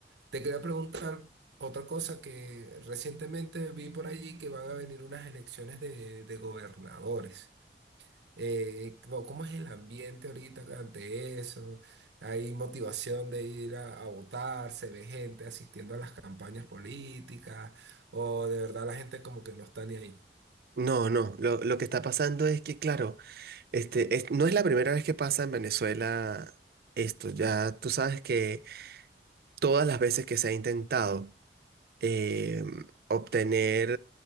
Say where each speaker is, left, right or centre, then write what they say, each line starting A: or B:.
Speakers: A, on the right; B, on the right.
A: Te quería preguntar otra cosa que recientemente vi por allí que van a venir unas elecciones de, de gobernadores. Eh, ¿cómo cómo es el ambiente ahorita ante eso? ¿Hay motivación de ir a, a votar? ¿Se ve gente asistiendo a las campañas políticas? ¿O de verdad la gente como que no está ni ahí?
B: No, no, lo, lo que está pasando es que, claro, este, es- no es la primera vez que pasa en Venezuela esto, ya tú sabes que todas las veces que se ha intentado eh, obtener,